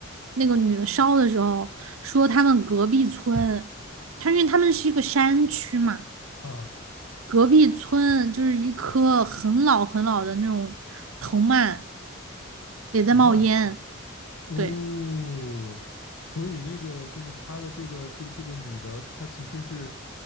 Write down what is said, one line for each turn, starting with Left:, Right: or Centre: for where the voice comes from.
Right: 那个女的烧的时候，说他们隔壁村，他因为他们是一个山区嘛，
Left: 啊，
Right: 隔壁村就是一棵很老很老的那种藤蔓也在冒烟，
Left: 藤蔓哦，
Right: 对，
Left: 所以那个就是他的这个这个这个女的，她其实是